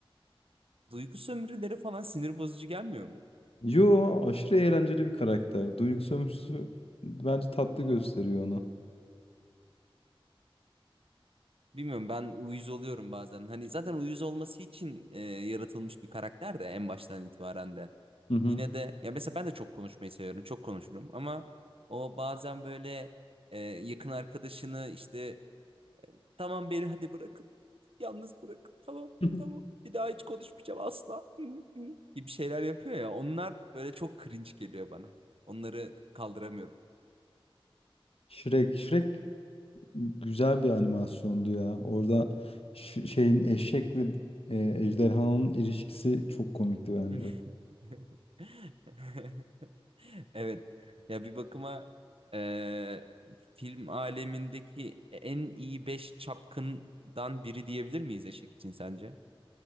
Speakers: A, on the right (about 70°); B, on the left (about 75°).
A: duygu sömürüleri falan sinir bozucu gelmiyor mu?
B: Yo aşırı eğlenceli bir karakter. Duygusu ömrüsü bence tatlı gösteriyor onu.
A: Bilmiyorum ben uyuz oluyorum bazen. Hani zaten uyuz olması için e, yaratılmış bir karakter de en baştan itibaren de.
B: Hı hı.
A: Yine de ya mesela ben de çok konuşmayı seviyorum. Çok konuşurum ama o bazen böyle e, yakın arkadaşını işte tamam beni hadi bırakın. Yalnız bırakın. Tamam
B: <laughs>
A: tamam. Bir daha hiç konuşmayacağım asla. Hı, hı gibi şeyler yapıyor ya. Onlar böyle çok cringe geliyor bana. Onları kaldıramıyorum.
B: Shrek. Shrek güzel bir animasyondu ya. Orada ş- şeyin eşekle e, ejderhanın ilişkisi çok komikti bence.
A: <laughs> Evet. Ya bir bakıma eee, film alemindeki en iyi 5 çapkından biri diyebilir miyiz Eşek için sence?